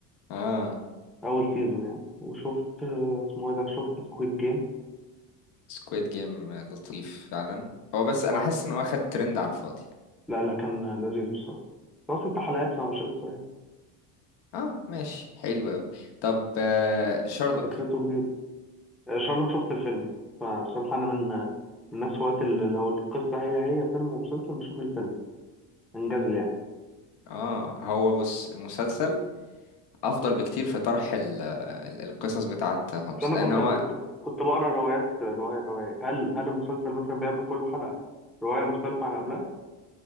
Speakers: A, on the left; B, in the centre.
A: آه.
B: اول سيزون يعني وشفت آه، اسمه ايه ده شفت سكويد جيم
A: سكويد جيم لطيف فعلا هو بس أنا
B: اه
A: حاسس إن هو خد ترند على الفاضي
B: لا لا كان لذيذ بصراحة هو ست حلقات فمش قصة يعني
A: اه ماشي حلو أوي طب آه شارلوك
B: فكرته جديدة آه، شارلوك شفت الفيلم فبصراحة انا من من الناس هواة اللي لو القصة هي هي فيلم ومسلسل بشوف الفيلم انجاز لي يعني
A: اه هو بص المسلسل أفضل بكتير في طرح ال- ال- القصص بتاعة هومس
B: اصل انا
A: لأن
B: كنت
A: هو
B: كنت كنت بقرا روايات روايه روايه هل هل المسلسل مثلا بيعمل كل حلقه روايه مختلفه عن قبلها